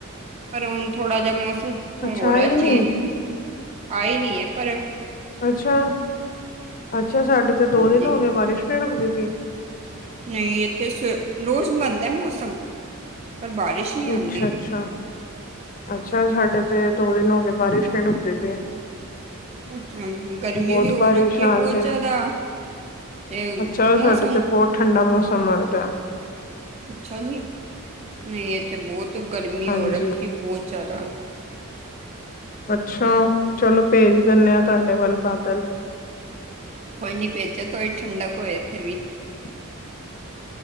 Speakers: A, on the right; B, on the left.
A: ਪਰ ਹੁਣ ਥੋੜਾ ਜਿਹਾ ਮੌਸਮ ਥੋਂੜਾ
B: ਅੱਛਾ
A: ਹੋ ਰਿਹਾ
B: ਆਈ ਨੀ
A: 'ਚੇਂਜ' ਆਏ ਨਹੀਂ ਹੈ ਪਰ।
B: ਅੱਛਾ, ਅੱਛਾ ਸਾਡੇ ਤੇ ਦੋ
A: ਹਾਂਜੀ
B: ਦਿਨ ਹੋ ਗਏ 'ਬਾਰਿਸ਼' ਨਹੀਂ ਰੁਕਦੀ ਪਈ।
A: ਨਹੀਂ ਇੱਥੇ ਰੋਜ਼ ਬੰਣਦਾ ਹੈ। ਮੌਸਮ ਪਰ ਬਾਰਿਸ਼ ਨਹੀਂ ਆਉਂਦੀ
B: ਅੱਛਾ, ਅੱਛਾ, ਅੱਛਾ ਸਾਡੇ ਤੇ ਦੋ ਦਿਨ ਹੋ ਗਏ। ਬਾਰਿਸ਼ ਨਹੀਂ ਡੁਕਦੀ ਪਈ
A: ਅੱਛਾ ਗਰਮੀ
B: ਬਹੁਤ
A: ਵੀ ਹੋਰ
B: ਬਾਰਿਸ਼
A: ਰੱਖੇ
B: ਹਾਲ
A: ਬਹੁਤ,
B: ਤੇ
A: ਜਿਆਦਾ ਤੇ
B: ਅੱਛਾ
A: ਮੌਸਮ
B: ਸਾਡੇ ਤੇ ਬਹੁਤ ਠੰਡਾ ਮੌਸਮ ਆਦਾ
A: ਅੱਛਾ ਜੀ। ਨਹੀਂ ਇੱਥੇ ਬਹੁਤ 'ਗਰਮੀ'
B: ਹਾਂਜੀ
A: ਹੋ ਰੱਖੀ ਬਹੁਤ ਜ਼ਿਆਦਾ
B: ਅੱਛਾ ਚਲੋ ਭੇਜ ਦਿੰਦੇ ਹਾਂ। ਤੁਹਾਡੇ ਵੱਲ 'ਬਾਦਲ'
A: ਕੋਈ ਨੀ ਭੇਜੋ ਥੋੜੀ 'ਠੰਡਕ' ਹੋਏ ਇੱਥੇ ਵੀ।
B: ।